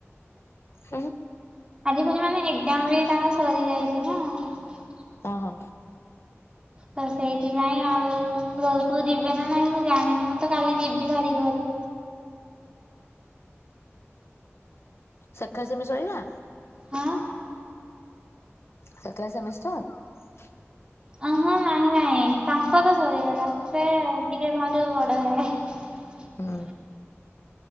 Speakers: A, on the left; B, on the right.
A: ହୁଁ ହୁଁ।
B: ଆଜି ପୁଣି ମାନେ ଏଜାମ ବି ତାଙ୍କ ସରି ଯାଇଛି ନା।
A: ଓ ହୋ।
B: ତ ସେଇଥିପାଇଁ ଆଉ ଘରକୁ ଯିବେ ନା ନାଇଁ ମୁଁ ଜାଣିନି ମୁଁ ତ କାଲି ଯିବି ହାରି ଘର
A: ସେକା ସେମି ସରିଲା?
B: ହଁ।
A: ସେକେଲା ସେମିଷ୍ଟାର?
B: ଅ ହଁ ନାହିଁ ନାହିଁ। ନାଇ ତାଙ୍କର ସରିଗଲା ସେ ଟିକେ ମୋଠୁ ବଡ ହେବେ।
A: ହୁଁ